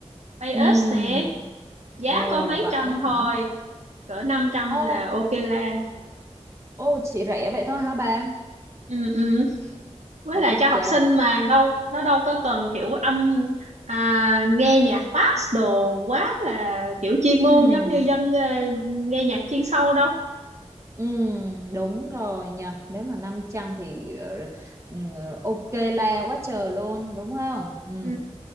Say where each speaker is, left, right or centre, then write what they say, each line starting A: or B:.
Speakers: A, on the right; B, on the right.
A: Bios
B: ừm.
A: nè giá
B: ồ
A: có mấy
B: vậy
A: trăm
B: á
A: thôi
B: hả
A: cỡ năm trăm
B: ồ
A: là ok la
B: ồ chị rẻ vậy thôi hả bà
A: ừ ừ với
B: ok
A: lại cho học sinh mà đâu nó đâu có cần kiểu âm à, nghe nhạc bass đồ quá là kiểu chuyên
B: Ừm.
A: môn giống như dân ờ, nghe nhạc chuyên sâu đâu
B: Ừ, đúng rồi nha. Nếu mà 500 thì ờ, ừ, ok la quá trời luôn, đúng không? Ừ.
A: Ừ.